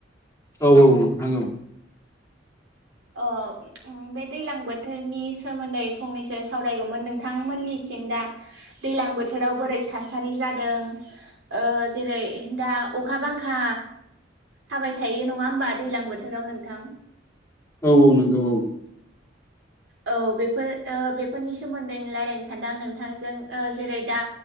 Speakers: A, on the left; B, on the right.
A: औ औ आङौ
B: अ बे दैलां बोथोरनि सोमोन्दै फंनैसो सावरायगौमोन नोंथांमोननिथिं दा दैलां बोथोराव बोरै थासारि जादों ओ जेरै दा अखा बांखा हाबाय थायो नङा होमबा दैलां बोथोराव नोंथां
A: औ औ नंगौ औ
B: औ बेफोर ओ बेफोरनि सोमोन्दै रायज्लायनो सानदोंं नोंथांजों ओ जेरै दा